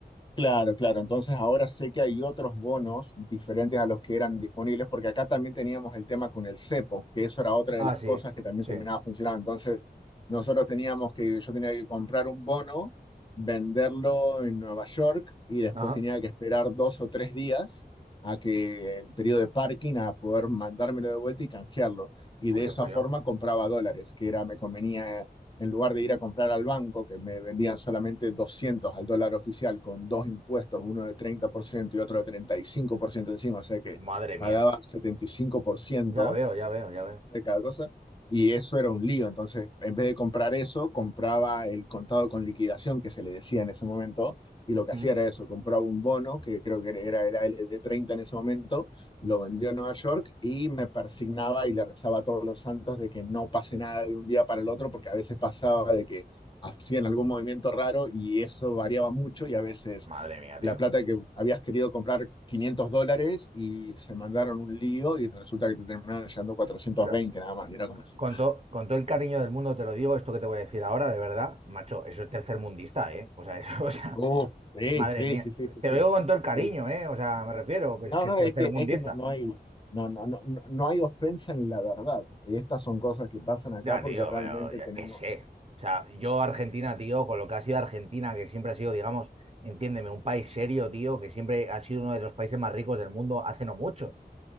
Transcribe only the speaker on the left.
Claro, claro. Entonces ahora sé que hay otros bonos diferentes a los que eran disponibles, porque acá también teníamos el tema con el cepo, que eso era otra
de las
cosas que también
terminaba funcionando. Entonces nosotros teníamos que, yo tenía que comprar un bono, venderlo en Nueva York y después
tenía que esperar dos o tres días a que el periodo de parking a poder mandármelo de vuelta y canjearlo. Y
de
esa
forma compraba dólares, que era, me convenía en lugar de ir a comprar al banco, que me vendían solamente 200 al dólar oficial con dos impuestos, uno de 30% y otro de 35% encima, o sea que
pagaba setenta y cinco por ciento
de cada cosa. Y eso era un lío. Entonces, en vez de comprar eso, compraba el contado con liquidación que se le decía en ese momento. Y lo que
hacía era eso, compraba un bono, que creo que era, era el de 30 en ese momento, lo vendió a Nueva York y me persignaba y le rezaba a todos los santos de que no pase nada de un día para el otro, porque a veces pasaba de que hacían algún movimiento raro y eso variaba mucho y a veces
la
plata que habías querido comprar 500 dólares y se mandaron un lío y resulta que te terminaron llevando 420
nada más. Y era como decir,
uff, sí,
sí,
sí, sí, sí,
sí.
Sí.
No,
no,
es que, es que no, no hay, no, no, no, no no hay ofensa en la verdad. Estas son cosas que pasan acá
porque
realmente
tenemos.